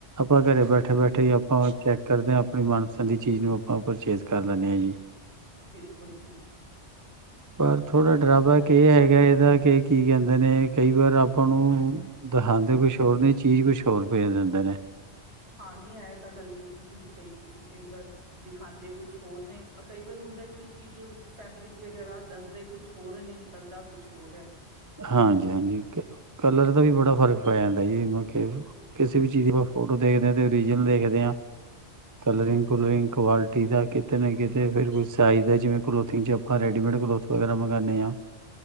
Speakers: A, on the right; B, on the right.
A: ਆਪਾਂ ਘਰੇ ਬੈਠੇ-ਬੈਠੇ ਈ ਆਪਾਂ ਚੈੱਕ ਕਰਦੇ ਆਂ ਆਪਣੀ ਮਨ ਪਸੰਦ ਦੀ ਚੀਜ਼ ਨੂੰ ਆਪਾਂ ਪਰਚੇਜ ਕਰ ਲੈਂਨੇ ਆ ਜੀ।
B: ਬਿਲਕੁਲ ਜੀ।
A: ਪਰ ਥੋੜਾ ਡਰਾ ਬੈਕ ਏੱਕ ਐ ਹੈਗੈ ਏਦਾ ਕੇ ਕੀ ਕੈਂਦੇ ਨੇ ਕਈ ਵਾਰ ਆਪਾਂ ਨੂੰ ਦਖਾਂਦੇ ਕੁਛ ਹੋਰ ਨੇ ਜ ਚੀਜ ਕੁਛ ਹੋਰ ਭੇਜ ਦਿੰਦੇ ਨੇ।
B: ਹਾਂ ਨਈ ਐ ਤਾਂ ਗੱਲ ਬਿਲਕੁਲ ਠੀਕ ਕਈ ਤੁਸੀ। ਕਈ ਵਾਰ ਦਿਖਾਂਦੇ ਕੁਛ ਹੋਰ ਨੇ ਅ ਕਈ ਵਾਰ ਹੁੰਦੈ ਕੋਈ ਚੀਜ ਫੈਬਰਿਕ ਵਗੈਰਾ ਦੱਸਦੇ ਕੁਛ ਹੋਰ ਨੇ, ਨਿਕਲਦਾ ਕੁਛ ਹੋਰ ਐ
A: ਹਾਂਜੀ- ਹਾਂਜੀ ਕਲਰ ਦਾ, ਵੀ ਬੜਾ ਫਰਕ ਪੈ ਜਾਂਦਾ ਜੀ ਕਿਸੇ ਵੀ ਚੀਜ਼ ਦੀ, ਆਪਾਂ ਫੋਟੋ ਦੇਖਦੇ ਹਾਂ, ਤੇ ਓਰੀਜਨਲ ਦੇਖਦੇ ਹਾਂ। ਕਲਰਿੰਗ -ਕੁਲਰਿੰਗ ਕੁਆਲਿਟੀ ਦਾ ਕਿਤੇ ਨਾ, ਕਿਤੇ ਫੇਰ ਵੀ ਸਾਈਜ ਦਾ ਜਿਵੇਂ ਕਲੋਥਿੰਗ 'ਚ ਰੇਡੀਮੇਡ ਕਲੋਥ ਵਗੈਰਾ ਮੰਗਾਨੇ ਆਂ।